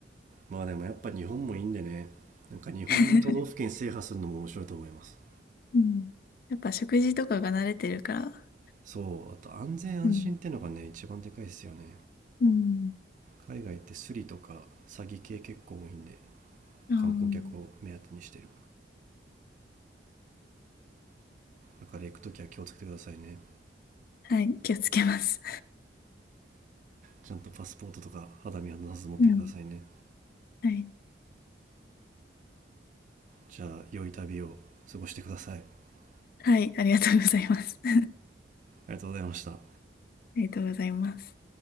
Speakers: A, on the right; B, on the left.
A: まあでもやっぱ日本もいいんでね、なんか日本の都道府県制覇するのも面白いと思います。
B: <laughs> うん、<laughs> やっぱ食事とかが慣れてるから、
A: そう、あと安全安心ってのがね、
B: うん、
A: 一番でかいですよね。
B: うん、
A: 海外ってスリとか詐欺系結構多いんで、
B: あ
A: 観光客を目当てにしてる。だから行くときは気をつけてくださいね。
B: あ、はい、気をつけます。
A: ちゃんとパスポートとか肌身離さず持ってくださいね。
B: うんはい。
A: じゃあ良い旅を過ごしてくださいあ
B: はい、ありがとうございます。<laughs> あ
A: りがとうございました
B: りがとうございます。